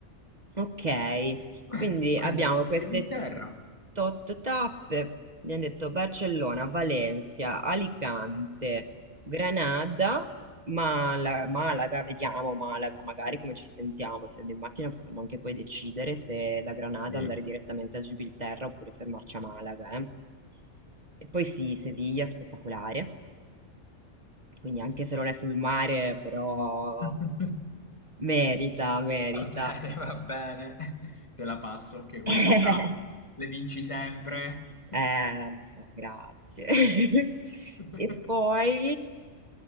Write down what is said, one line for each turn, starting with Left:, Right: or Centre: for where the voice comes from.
Right: Ok,
Left: Eh,
Right: quindi
Left: quindi,
Right: abbiamo queste
Left: Inghilterra.
Right: tot tappe, abbiamo detto Barcellona, Valencia, Alicante, Granada, Mala- Malaga, vediamo Malaga, magari come ci sentiamo, essendo in macchina possiamo anche poi decidere se da Granada
Left: Sì.
Right: andare direttamente a Gibilterra oppure fermarci a Malaga, eh. E poi sì, Siviglia, spettacolare, quindi anche se non è sul mare, però
Left: <laughs>
Right: merita, merita.
Left: Va bene, va bene. Te la passo anche questa.
Right: <laughs>
Left: Le vinci sempre.
Right: Eh, lo so, grazie. <laughs>
Left: Dove
Right: E poi,